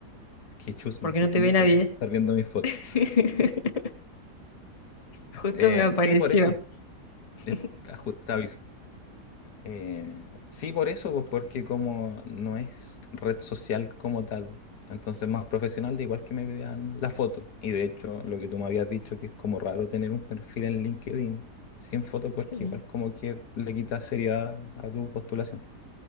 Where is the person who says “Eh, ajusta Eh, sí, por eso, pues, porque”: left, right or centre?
Left